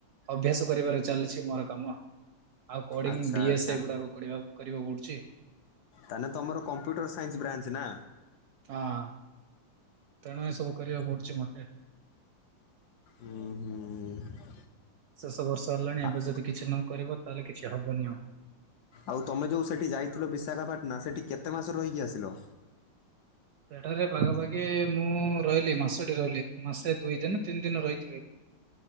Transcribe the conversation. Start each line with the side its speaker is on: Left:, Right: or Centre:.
Right: ଅଭ୍ୟାସ କରିବାରେ ଚାଲିଛି ମୋର। କାମ ଆଉ କୋଡିଙ୍ଗ୍
Left: ଆଚ୍ଛା
Right: ଡି
Left: ଆଚ୍ଛା
Right: ଏସ୍ ଏ ଗୁଡାକ କରିବା କରିବାକୁ ପଡୁଛି।
Left: ତାହେନେ ତମର କମ୍ପ୍ୟୁଟର ସାଇନ୍ସ ବ୍ରାଞ୍ଚ ନା।
Right: ହଁ। ତେଣୁ ଏ ସବୁ କରିବାକୁ ପୁଡଛି ମୋତେ
Left: ଉଁ ହୁଁ
Right: ଶେଷ ବର୍ଷ ହେଲାଣି
Left: ଆ-
Right: ଏବେ ଯଦି କିଛି ନ କରିବ ତାହେଲେ କିଛି ହବନି ଆଉ
Left: ଆଉ ତମେ ଯୋଉ ସେଠି ଯାଇଥିଲ ବିଶାଖାପାଟ୍ନା ସେଠି କେତେ ମାସ ରହିକି ଆସିଲ
Right: ସେଠାରେ ପାଖାପାଖି ମୁଁ ରହିଲି ମାସଟି ରହିଲି ମାସେ ଦୁଇ ଦିନ ତିନି ଦିନ ରହିଥିଲି